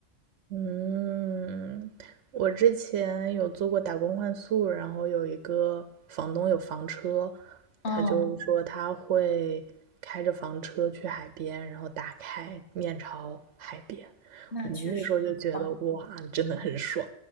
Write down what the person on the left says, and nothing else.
嗯，
那确实很棒。